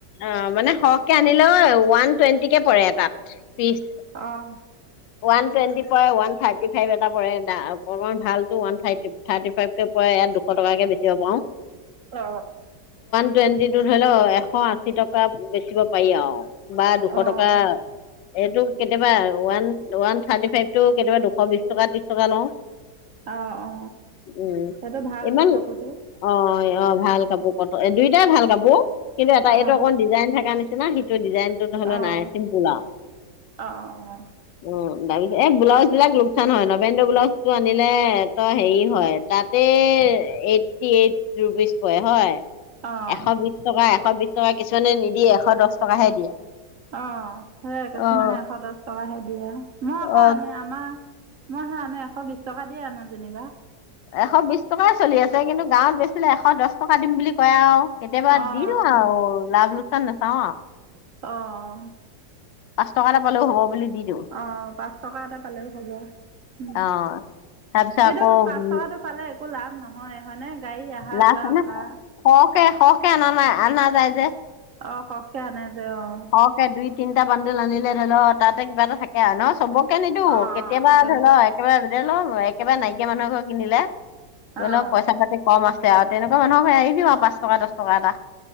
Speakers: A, on the left; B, on the right.
A: অ মানে সৰহকে আনিলে ওৱান টুৱেণ্টি কে পৰে এ তাত পিচ
B: আহ
A: ওৱান টুৱেণ্টি পৰে ওৱান থাৰ্টি ফাইভ এটা পৰে অকণমান ভাল ওৱান থাৰ্টি থাৰ্টি ফাইভকৈ পৰে ইয়াত দুশ টকাকৈ বেচিব পাৰো
B: অ
A: টুৱেণ্টি টো ধৰি লও এশ আশী টকা বেচিব পাৰি আৰু বা দুশ
B: অঁ
A: টকা এইটো কেতিয়াবা ওৱান ওৱান থাৰ্টি ফাইভতটো কেতিয়াবা দুশ বিশ টকা ত্ৰিশ টকা লওঁ
B: অ অ
A: উম
B: তাতো ভাল
A: ইমান
B: যে কাপোৰটো
A: অ অ ভাল কাপোৰ কট এ দুইটাই ভাল কাপোৰ কিন্তু এটা
B: অ',
A: এইটো অকণ ডিজাইন থকা নিচনা তেনা হিট ডিজাইনটোত
B: অ',
A: হলেও নাই চিম্পোল আৰু
B: অ',
A: অহ', লাগি দে এই ব্লাউজ বিলাক লোকচান হয় নবেন্দ্ৰ ব্লাউজটো আনিলে তই হেৰি হয় তাতে এইটটি এইট ৰুপিজ প হয়।
B: অ',
A: এশ বিশ টকা এশ এশ বিশ টকা কিছুমানে নিদিয়ে এশ দহ টকাহে দিয়ে।
B: অ ', সেই কিছুমানে
A: অ
B: এশ দহ টকাহে দিয়ে আৰু মই
A: অ
B: আকৌ আনে আমাৰ মইহে আনো এশ বিশ টকা দিয়ে আনো যেনিবা।
A: এশ বিশ টকাই চলি আছে কিন্তু গাঁৱত বেছিলিলে এশ দহ টকা দিম বুলি কয় আৰু। কেতিয়াবা
B: অ',
A: দি দিওঁ আৰু লাভ ল তে', নেচাওঁ আৰু
B: অ',
A: পাঁচ টকা এটা পালেও হ'ব বুলি দি দিওঁ
B: অ', পাঁচ টকা এটা পালেও হব উ',
A: অ তাৰপিছত
B: কিন্তু
A: আকৌ উম
B: পাঁচ টকাটো পালে একো লাভ নহয় হয়নে? গাড়ী অহা
A: লা
B: যোৱা
A: সকে
B: ভাড়া
A: -সকে অননান আনাজাইে
B: অ', সখকে আনে যে অ',
A: অক দুই তিনিটা বানদুল আনিলে ধৰি লও তাতে কিবা এটা থাকে আৰু ন চবক নিদিও
B: অ',
A: কেতিয়াবা
B: অ', তেনেকে
A: ধৰি ল একেবাৰে লম একেবাৰে নাইকিয়া মানুহ এঘৰে কিনিলে। তোৰ
B: অ',
A: অলপ পইচা পাতি কম আছে তেয়া তেনেকুৱা মানুহকে আহি দিওঁ আৰু পাঁচ টকাহ, টকা দহ টকা এটা।